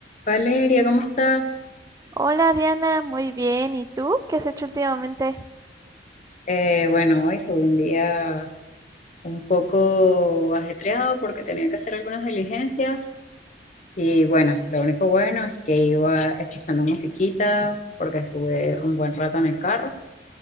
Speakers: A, on the left; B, on the right.
A: Valeria, ¿cómo estás?
B: Hola Diana, muy bien. ¿Y tú? ¿Qué has hecho últimamente?
A: Eh, bueno, hoy tuve un día un poco ajetreado porque tenía que hacer algunas diligencias y bueno, lo único bueno es que iba escuchando musiquita porque estuve un buen rato en el carro